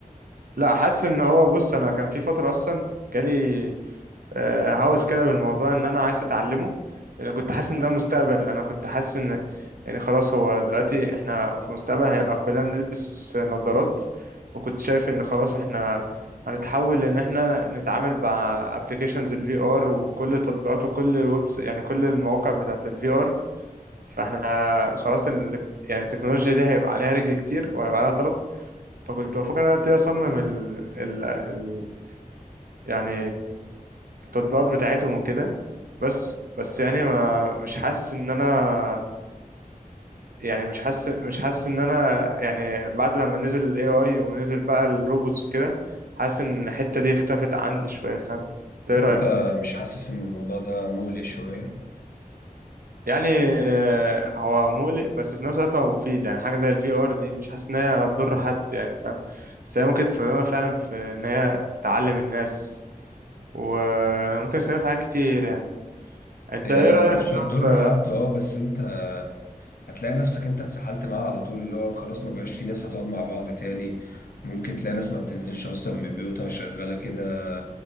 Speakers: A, on the right; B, on the left.
A: لا حاسس ان هو بص انا كان في فتره اصلا جالي آه، هوس كده بالموضوع ان انا عايز اتعلمه لان كنت حاسس ان ده مستقبل انا كنت حاسس ان يعني خلاص هو دلوقتي احنا في المستقبل هيبقى كلنا بنلبس نظارات وكنت شايف ان خلاص احنا هنتحول ان احنا نتعامل مع ابلكيشنز الفي ار وكل تطبيقات وكل الويب يعني كل المواقع بتاعت الفي ار فاحنا خلاص ال... يعني التكنولوجيا دي هيبقى عليها رجل كتير وهيبقى عليها طلب فكنت بفكر ان انا ابتدي اصمم ال... ال... ال... يعني التطبيقات بتاعتهم وكده بس بس يعني ما مش حاسس ان انا يعني مش حاسس مش حاسس ان انا يعني بعد لما نزل الاي اي ونزل بقى الروبوتس وكده حاسس ان الحتة دي اختفت عندي شوية فاهم إنت ايه
B: طب
A: رأيك
B: انت مش حاسس ان الموضوع ده مقلق شوية
A: يعني آه، هو مقلق بس في نفس الوقت هو مفيد يعني حاجة زي الفي ار دي مش حاسس ان هي هتضر حد يعني فاهم بس هي ممكن تستخدمها فعلا في ان هي تعلم الناس وممكن تستخدمها في حاجات كتير يعني انت
B: هي
A: ايه رأيك
B: مش هتضر
A: طب
B: حد اه بس انت هتلاقي نفسك انت اتسحلت معاه على طول اللي هو خلاص ما بقاش في ناس هتقعد مع بعض تاني ممكن تلاقي ناس ما بتنزلش اصلا من بيوتها شغالة كده